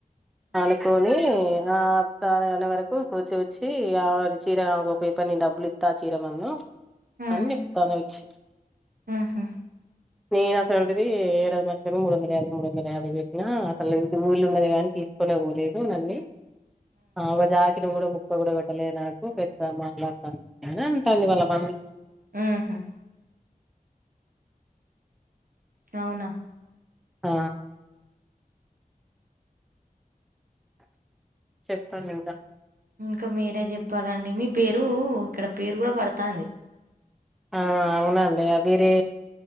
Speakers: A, in the centre; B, on the right (about 70°).
A: అనుకొని ఆ చాలా ఏళ్ళ వరకు పూసా గుచ్చి అది చీర ఆమెకు ఒప్ప చెప్పి నేను డబ్బులు ఇత్తా ఆ చీర మందం
B: ఆ
A: అన్ని ప్పదోచ్
B: ఆహా
A: నేను అస్ ఏంటిది ఏడందలది మూడు వందల యాభై మూడు వందల యాభై బెట్టినా ఏంది ఊళ్ళో ఉన్నది గాని తీసుకోబోలేదు నన్నీ ఆ ఒక జాకట్ కూడా ముట్ పోగుడా పెట్టలే నాకు పెద్ద మాట్లాడుతాంది అయినా అంతా వాళ్ళ మమ్మీ
B: ఆహా అవునా
A: ఆ చెప్పండి ఇంకా
B: ఇంకా మీరే చెప్పాలండి మీ పేరు ఇక్కడ పేరు గూడా పడతాంది
A: ఆ అవునండి అదిరే